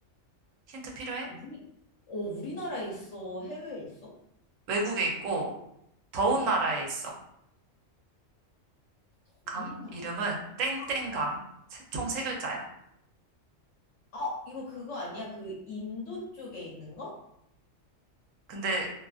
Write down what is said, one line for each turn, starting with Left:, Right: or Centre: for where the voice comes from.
Right: 힌트 필요해?
Left: 우리, 어, 우리나라에 있어? 해외에 있어?
Right: 외국에 있고, 더운
Left: 어,
Right: 나라에 있어.
Left: 더운
Right: 강
Left: 나라?
Right: 이름은 땡땡강.
Left: 아,
Right: 총 세 글자야.
Left: 아, 이거 그거 아니야? 그 인도 쪽에 있는 거?
Right: 근데,